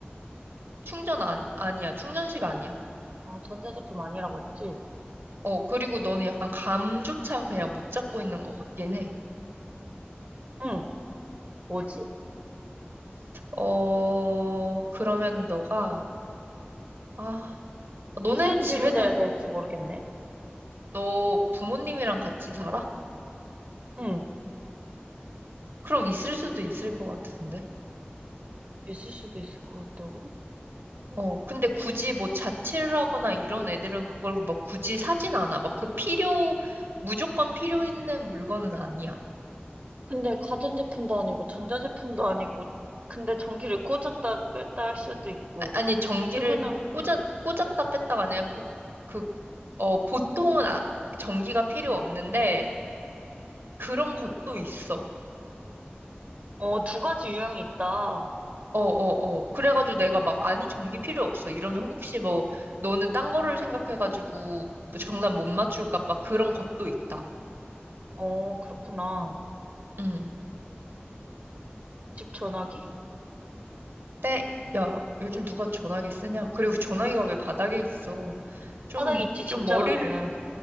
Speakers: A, on the right; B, on the right.
A: 충전 안, 아니야. 충전식 아니야.
B: 아, 전자제품 아니라고 했지?
A: 어, 그리고 너는 약간 감조차 그냥 못 잡고 있는 것 같긴 해.
B: 응. 뭐지?
A: 어, 그러면 너가, 아, 너네
B: 무슨
A: 집에도
B: 질문을 해야 될지 모르겠네.
A: 너 부모님이랑 같이 살아?
B: 응.
A: 그럼 있을 수도 있을 것 같은데.
B: 있을 수도 있을 것 같다고?
A: 어, 근데 굳이 뭐 자취를 하거나 이런 애들은 그걸 막 굳이 사진 않아. 막 그 필요, 무조건 필요 있는 물건은 아니야.
B: 근데 가전제품도 아니고 전자제품도 아니고 근데 전기를 꽂았다 뺐다 할 수도 있고
A: 아, 니 전기를
B: 퇴근하기
A: 꽂아, 꽂았다 뺐다가 아니라 그, 그, 어, 보통은 아, 전기가 필요 없는데 그런 것도 있어.
B: 어, 두 가지 유형이 있다.
A: 어, 어, 어. 그래가지고 내가 막, 아니, 전기 필요 없어. 이러면 혹시 뭐, 너는 딴 거를 생각해가지고 뭐 정답 못 맞출까? 막 그런 것도 있다.
B: 어, 그렇구나.
A: 음.
B: 집 전화기?
A: 때, 야, 요즘 누가 전화기 쓰냐? 그리고 전화기가 왜 바닥에 있어? 좀,
B: 바닥에 있지, 집
A: 좀
B: 전화기는.
A: 머리를,